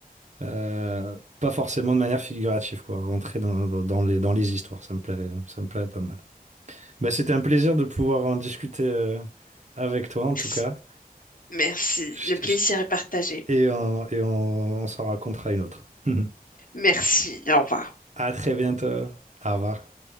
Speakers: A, on the right; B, on the left.
A: euh, pas forcément de manière figurative, quoi, rentrer dans, dans, dans les, dans les histoires, ça me plairait, ça me plairait pas mal. Bah, c'était un plaisir de pouvoir en discuter euh, avec toi, en
B: Merci.
A: tout cas,
B: Merci.
A: Je-
B: Le plaisir
A: je-
B: est partagé.
A: et, on- et on on s'en racontera une autre. <laughs>
B: Merci. Au revoir.
A: À très bientôt, au revoir.